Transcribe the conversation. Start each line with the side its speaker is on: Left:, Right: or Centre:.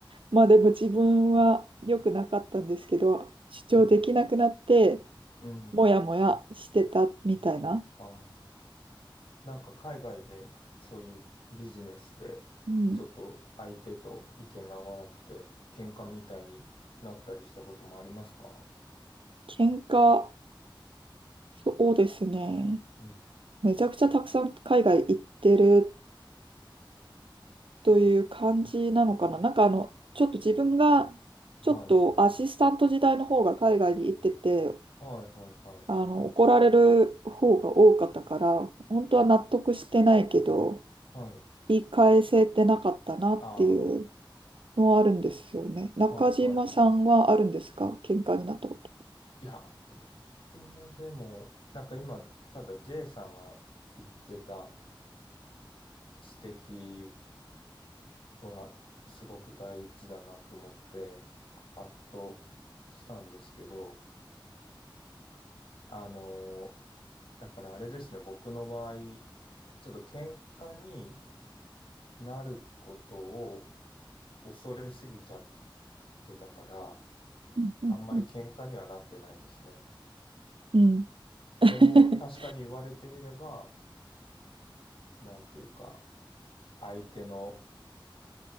Right: まあでも自分は良くなかったんですけど、主張できなくなって、
Left: うん。うん
Right: もやもやしてたみたいな。
Left: ああ、なんか海外でそういうビジネスでちょっと相手と意見が合わなくて喧嘩みたいになったりしたこともありますか
Right: うん。喧嘩、そうですね。
Left: うん。
Right: めちゃくちゃたくさん海外行ってるという感じなのかな。なんかあの、ちょっと自分が、ちょっとアシスタント時代の方が海外に行ってて、
Left: はい。はいはいはい。
Right: あの、怒られる方が多かったから、本当は納得してないけど、
Left: はい。
Right: 言い返せてなかったなっていう
Left: ああ、は
Right: のはあるんですよね。中島さんはあるんですか喧嘩になったこと。
Left: いはいはい。いや、僕もでも、なんか今、ただ J さんが言ってた指摘はすごく大事だなと思って、ハッとしたんですけど、あのだからあれですね、僕の場合、ちょっと喧嘩になることを恐れすぎちゃってたから、
Right: うんうんうん
Left: あんまり喧嘩にはなってないですね。
Right: うん。うん <laughs>
Left: でも、確かに言われてみれば、なんていうか、相手の、